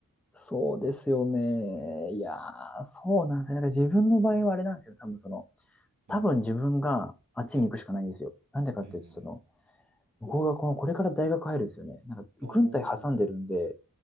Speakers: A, in the centre; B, on the right.
A: そうですよね。
B: うん。
A: いやー、そうなんですよ。なんか自分の場合はあれなんですよ。多分その、
B: うん。
A: 多分自分があっちに行くしかないんですよ。
B: うん。
A: なんでかっていうと、
B: うん。うん。うん
A: その、僕がこの、これから大学入るんですよね。なんか、軍隊挟んでるんで、
B: おー。